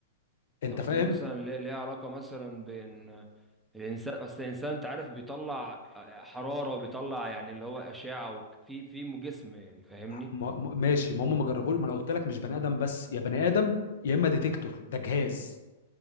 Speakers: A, on the left; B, in the centre.
A: انت
B: طب
A: فاهم
B: دي مثلا ليه- ليها علاقة مثلا بين الانسان اصل الانسان انت عارف بيطلع حرارة وبيطلع يعني اللي هو اشعة وك- في في جسم يعني فاهمني
A: م- م- ماشي ما هم ما جربوش ما انا قلت لك مش بني ادم بس يا بني ادم يا اما ديتكتور ده جهاز